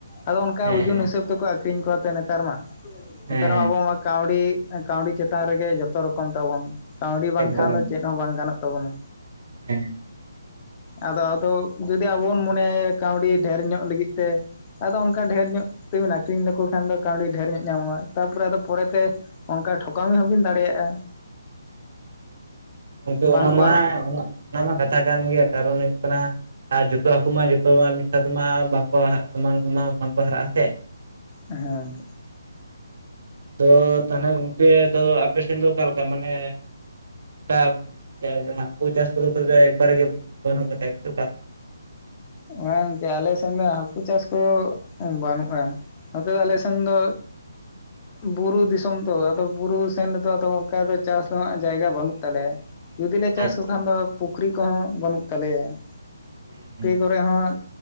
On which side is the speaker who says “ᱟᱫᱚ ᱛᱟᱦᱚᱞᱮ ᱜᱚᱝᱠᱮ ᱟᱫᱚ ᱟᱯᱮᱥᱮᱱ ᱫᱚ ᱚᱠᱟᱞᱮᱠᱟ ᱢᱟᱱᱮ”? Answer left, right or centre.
Right